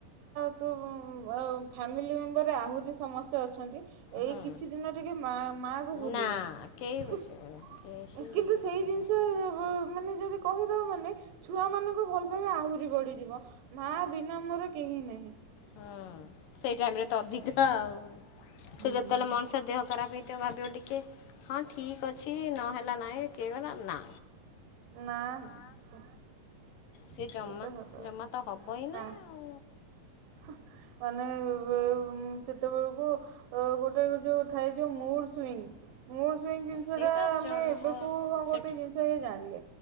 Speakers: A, on the right; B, on the left.
A: -ତୁ-ଆଁ ଫାମିଲି ମେମ୍ବର ଆହୁରି ସମସ୍ତେ। ଚଛନ୍ତି ଏଇ
B: ହଁ
A: କିଛି ଦିନ ଟିକେ ମା ମା କୁ ଭୁଲିଯାଏ
B: ନା କେହି ବୁଝିବନି କେହି
A: ହଁ କିନ୍ତୁ
B: ବୁଝିବନି
A: ସେଇ ଜିନିଷ <unintelligible> ମାନେ ଯଦି କହିଦେଉ ମାନେ ଛୁଆମାନଙ୍କ ଭଲ ପାଇବା ଆହୁରି ବଢ଼ିଯିବ। ମା ବିନା ମୋର କେହି ନାହିଁ।
B: ହଁ ସେଇ ଟାଇମରେ ତ ଅଧିକ <unintelligible>
A: ହୁଁ
B: ସେ ଯେତେବେଲ ମଣିଷ ଦେହ ଖରାପ ହେଇ <unintelligible> ଟିକେ ହଁ ଠିକ ଅଛି ନହେଲେ ନା ନାଇ <unintelligible> ନା
A: ନା ସେ
B: ସେ
A: ସେଇଟା
B: ଜମା
A: ସତ କଥା
B: ଜମା ତ ହବ ହିଁ
A: କାଣ
B: ନାହିଁ ଆଉ।
A: ହଂ ମାନେଉ <unintelligible> ସେତେବେଳେକୁ <unintelligible> ଗୋଟେ ଥାଏ ଯୋଉ ମୁଡସୁଇଂଗ ମୁଡ ଜିନିଷ
B: ସେଇଟା
A: ଟା ଆମେ
B: ଜନ୍ମ
A: ଏବେ କୁ ହଁ
B: ସେ
A: ଗୋଟେ ଜିନିଷଏଇ ଜାଣିଲେ।